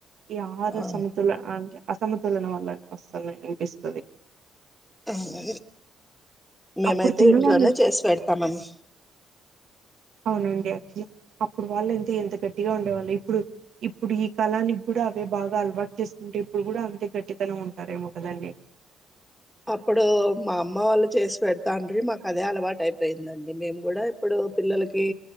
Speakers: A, on the right; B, in the centre.
A: ఈ ఆరు
B: ఆ
A: సమతుల అ అసమతులన వల్లనే వస్తున్నాయి ఇస్తపతి
B: అవును మేమైతే
A: అప్పుడు తిన్నవాళ్ళు
B: ఇంట్లోనే చేసి పెడతామని
A: అవునండి అప్పుడు వాళ్ళయితే ఎంత గట్టిగా ఉండేవాళ్ళు ఇప్పుడు ఇప్పుడు ఈ కాలానికి కూడా బాగా అలవాటు చేసుకుంటే ఇప్పుడు కూడా అంతే గట్టితనం ఉంటారెమో కదండి
B: అప్పుడు మా అమ్మ వాళ్ళు చేసి పెడతండ్రి మాకు అదే అలవాటు అయిపోయిందండి మేము కూడా ఇప్పుడు పిల్లలకి